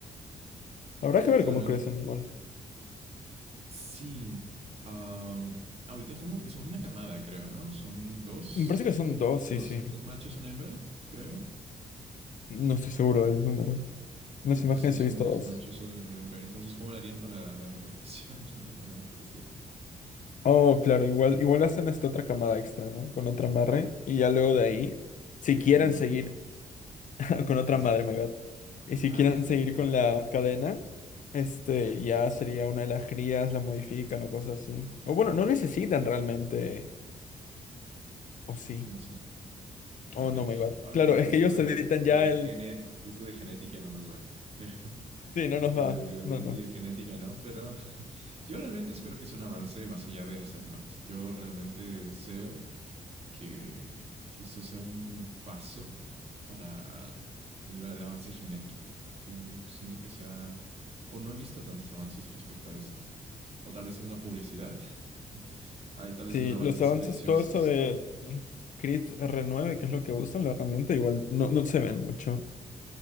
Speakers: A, on the left (about 65°); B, on the right (about 45°).
A: Habrá que ver
B: Realmente.
A: cómo crecen igual.
B: Sí. ah, ahorita como son una camada, creo, ¿no? Son dos,
A: Me parece que son dos,
B: dos,
A: sí, sí.
B: dos machos, una hembra, creo.
A: No estoy seguro del número. Las
B: Creo
A: imágenes
B: que sí, son
A: he visto
B: dos
A: dos.
B: machos, una hembra. Entonces, ¿cómo lo harían para la reproducción? <laughs> Me me da curiosidad.
A: Oh, claro, igual, igual hacen esta otra camada extra, ¿no? Con otra madre. Y ya luego de ahí, si quieren
B: Una
A: seguir
B: marra.
A: <laughs> con otra
B: Sí,
A: madre,
B: sí, sí.
A: my
B: sí.
A: God. Y si
B: Ah,
A: quieren seguir con la cadena, este ya sería una de las crías, la modifican o cosas así. O bueno, no necesitan realmente. O sí.
B: ¿cómo sé? <laughs>
A: Oh, no, my bad.
B: Ah, Ok,
A: Claro,
B: esto
A: es que ellos
B: de,
A: editan
B: de
A: ya
B: genet,
A: el.
B: esto de genética no nos va. <laughs> creo.
A: Sí, no
B: Esto
A: nos va.
B: de, bio- de
A: No, no.
B: biogenética no, pero <laughs> yo realmente espero que sea un avance más allá de los animales. Yo realmente deseo que, que esto sea un paso para el, el avance genético, porque siento que sea, o no he visto tantos avances respecto a esto, o tal vez es la publicidad. <laughs> Hay tal vez
A: Sí,
B: son avances
A: los avances,
B: silenciosos.
A: todo eso del Crypt r nueve que es lo que usan, la herramienta, igual no, no se ven mucho.